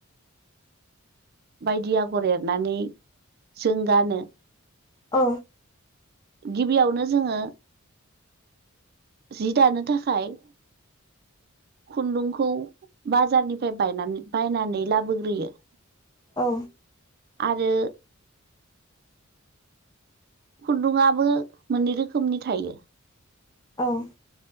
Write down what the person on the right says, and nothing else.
बायदि आगर एरनानै जों गानो
गिबियावनो जोंङो जि दानो थाखाय खुन्दुंखौ बाजारनिफ्राय बायनानै बायनानै लाबोग्रोयो
आरो खुन्दुङाबो मोननै रोखोमनि थायो।